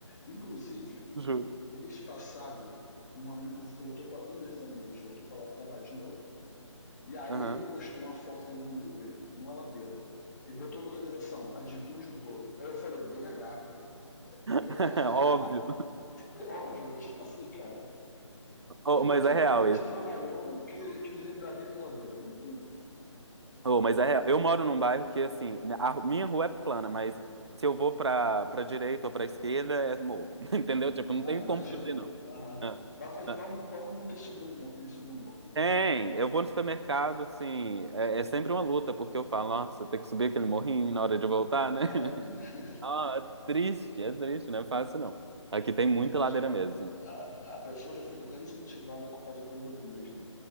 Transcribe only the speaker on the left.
Inclusive,
mês passado, um amigo voltou para um desses amigos voltou para lá trabalho de novo. E aí
ele postou uma foto dele no Uber, numa ladeira. E botou localização, adivinha onde eu tô. Aí eu falei, BH.
É, é
é, óbvio, tipo assim, cara. Que
outro
lugar
que a gente trabalhou que, que ele lembraria por ladeira? Não tem.
Ah,
imagina.
Aham.
Vai comprar
um pão, tem que subir um, mo- tem que subir um morro.
É.
<laughs>
A
pessoa,
a, a pessoa já fica até incentivada a fazer a compra do mês, né?